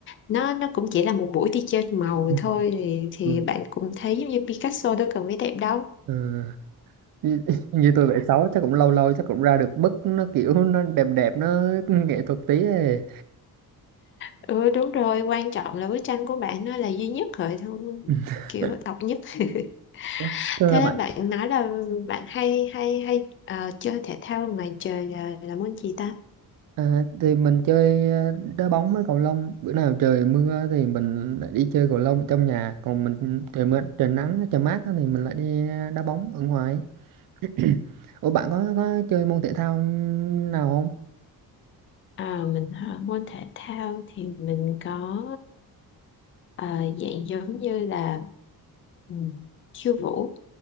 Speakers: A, on the left; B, on the right.
A: nó nó cũng chỉ là một buổi đi chơi màu
B: ừ,
A: thôi thì, thì
B: ừ,
A: bạn cũng thấy giống như Picasso đâu cần vẽ đẹp đâu
B: ừ. Như, <laughs> như tôi vẽ xấu chắc cũng lâu lâu chắc cũng ra được bức nó kiểu nó đẹp đẹp nó nghệ thuật tí ấy.
A: ừ đúng rồi quan trọng là bức tranh của bạn nó là duy nhất rồi thôi
B: Ừ.
A: kiểu
B: <laughs>
A: độc nhất <laughs>
B: Ủa, Thưa
A: Thế
B: bạn
A: bạn nói là bạn hay hay hay ờ, chơi thể thao ngoài trời là, là môn gì ta?
B: À, thì mình chơi ờ, đá bóng với cầu lông bữa nào trời mưa thì mình lại đi chơi cầu lông ở trong nhà còn mình trời mưa trời nắng trời mát á thì mình lại đi đá bóng ở ngoài <clears throat> Ủa bạn có có chơi môn thể thao nào không
A: À, mình hả? môn thể thao thì mình có ờ, ờ, dạng giống như là ừ, khiêu vũ